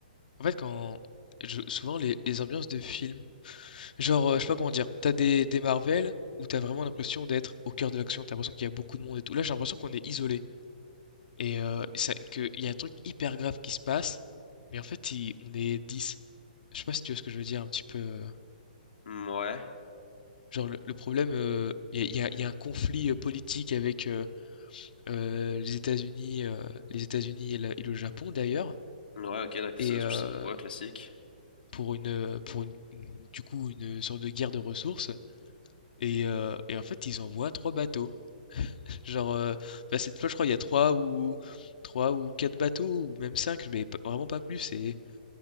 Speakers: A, on the left; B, on the left.
A: en fait quand je- souvent les, les ambiances de films Genre, heu, je sais pas comment dire, t'as des des Marvel où t'as vraiment l'impression d'être au cœur de l'action, T'as l'impression qu'il y a beaucoup de monde et tout. Là, j'ai l'impression qu'on est isolé et heu, ça qu'il y a un truc hyper grave qui se passe, mais en fait, il on est 10. Je sais pas si tu vois ce que je veux dire un petit peu, heu?
B: Hmm, Ouais.
A: Genre le le problème, heu, il y a il y a il y a un conflit, heu, politique avec, heu heu, les États-Unis, heu, les États-Unis et le et le Japon d'ailleurs
B: Ouais, ok, d'accord,
A: et
B: ça, je,
A: heu,
B: ça, je vois, classique.
A: pour une, pour une une du coup, une sorte de guerre de ressources et heu et en fait, ils envoient 3 bateaux Genre, heu, bah, cette fois, je crois, il y a trois ou 3 ou 4 bateaux ou même cinq mais p vraiment pas plus et